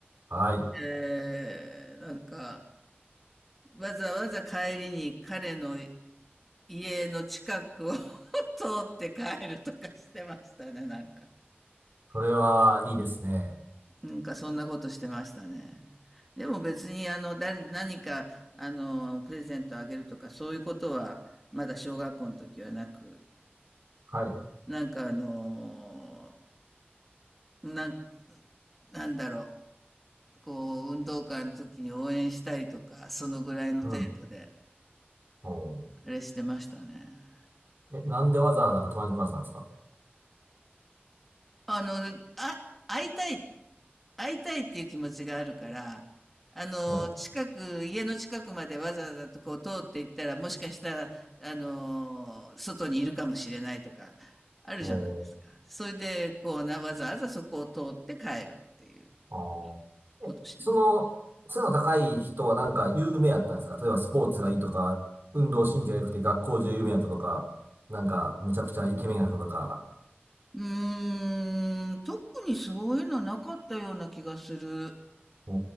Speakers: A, on the right (about 60°); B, in the centre.
A: はい。
B: えー、なんか、わざわざ帰りに彼の家の近くを <laughs> 通って帰るとかしてましたね、なんか。
A: それはいいですね。
B: なんか、そんなことしてましたね。でも別に、あの、だ、何か、あの、プレゼントあげるとか、そういうことは、まだ小学校の時はなく、
A: はい。
B: なんかあのーなん、なんだろう、こう、運動会の時に応援したりとか、そのぐらいの程度で、
A: うん。おー
B: あれしてましたね。
A: え、なんでわざわざ隣のクラスなんですか
B: あの、あ、会いたい、会いたいっていう気持ちがあるから、あの、
A: うん。
B: 近く、家の近くまでわざわざとこう通っていったら、もしかしたら、あの、外にいるかもしれないとか、あるじゃないですか。
A: おー
B: それで、こうな、わざわざそこを通って帰るっていう
A: あーえ、
B: ことしてます。
A: その、背の高い人はなんか有名やったんですか例えばスポーツがいいとか、運動神経が良くて学校中有名やったとか、なんかめちゃくちゃイケメンやったとか。
B: うーん、特にそういうのなかったような気がする。
A: お